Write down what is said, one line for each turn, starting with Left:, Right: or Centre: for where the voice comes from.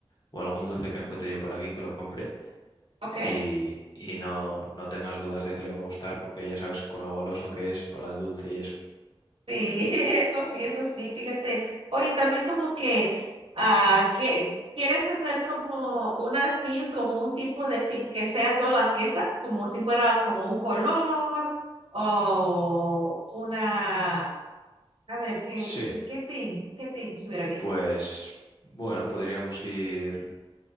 Left: o algún dulce que encuentre yo por aquí que lo compre
Right: ¿Ok?
Left: y, y no, no tengas dudas de que le va a gustar porque ya sabes con lo goloso que es para el dulce y eso.
Right: Sí, <laughs> eso sí, eso sí, fíjate. Oye, también como que, ah, que quieres hacer como una team, como un tipo de team que sea toda la fiesta, como si fuera como un color o una, a ver, ¿qué,
Left: Sí,
Right: qué, qué team? ¿Qué team estuviera bien?
Left: pues bueno, podríamos ir.